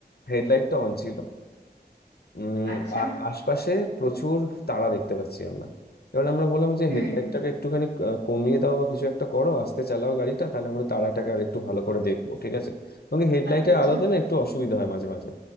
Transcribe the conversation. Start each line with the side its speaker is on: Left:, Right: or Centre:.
Left: হেডলাইটটা অন ছিল উম
Right: আচ্ছা
Left: আর আশপাশে প্রচুর তারা দেখতে পাচ্ছি আমরা এবার আমরা বললাম যে
Right: হুম
Left: হেডলাইটটাকে
Right: হুম।
Left: একটুখানি আহ, কমিয়ে দাও বা কিছু একটা করো আস্তে চালাও গাড়িটা তাহলে আমরা তারাটাকে আর একটু ভালো করে দেখবো ঠিক আছে এবং হেডলাইটের
Right: আচ্ছা আচ্ছা
Left: আলোতে না একটু অসুবিধা হয় মাঝে মাঝে